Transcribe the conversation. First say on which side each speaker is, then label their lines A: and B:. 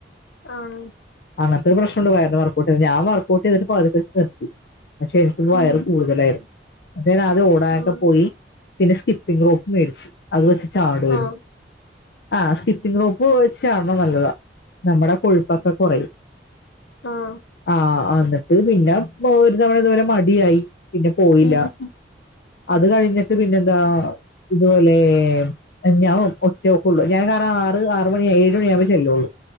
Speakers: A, on the left; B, on the left.
A: ആഹ
B: അങ്ങനത്തെ ഒരു പ്രശ്നംണ്ട പോയിരുന്നു വർക്കൗട്ട് ഞാൻ വർക്കൗട്ട്തിട്ട് പെച്ച് നിത്തി ശരിക്കും വയറു
A: ഉം
B: കൂടുതലായിരുന്നു ഞാത ഓടാനൊക്കെ
A: ഉം
B: പോയി പിന്നെ സ്കിപ്പിംഗ് റോപ്പ് മേടച്ച് അത് വെച്ച ചാടാരുന്ന്
A: ആഹ്
B: ആഹ സ്കിപ്പിങ് റൂപ്പ് വിച്ചാണല്ലോ നല്ലതാ നമ്മുടെ കൊഴുപ്പൊക്കെ കുറയും
A: ആഹ്
B: ആഹ എന്നട്ട് പിന്നെ ഒരു തവണ ഇതുപോലെ മടിയായി പിന്നെ പോയില്ല
A: ഉം
B: അത് കഴിഞ്ഞിട്ട് പിന്നെന്താ ഇതുപോലെ ഞാ റ്റൊക്കെ ഉള്ളൂ ഞാൻ കാരണം ആറ് ആറ് മണി ഏഴ് മണി ആവുമ്പോ ചെല്ലുള്ളൂ